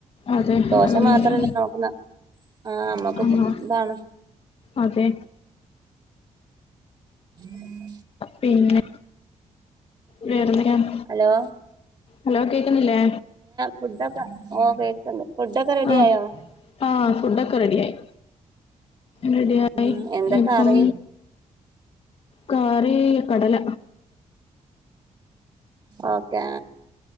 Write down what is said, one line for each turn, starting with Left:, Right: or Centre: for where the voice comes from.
Left: അതെ
Right: ദോഷംമാത്രല്ല
Left: അതൊന്നുമില്ല
Right: നോക്കുന്നേ ആഹ്, അമ്മക്ക്പൊ
Left: ആഹ്
Right: പ്പാണ്
Left: അതെ
Right: ഉം ഉം
Left: പിന്നെ വേറെന്തൊക്യാണ്
Right: ഹലോ
Left: ഹലോ കേക്കുന്നില്ലേ
Right: ഫുഡ്ഡക്കെ ഓ കേക്കണ്ട് ഫുഡ്ഡക്കെ റെഡി
Left: ആഹ്
Right: ആയോ
Left: ആഹ് ഫുഡൊക്കെ റെഡിയായി റെഡിയായി
Right: ഉം എന്താ
Left: ഇപ്പം
Right: കറി
Left: കറീ കടല
Right: ഓക്കെ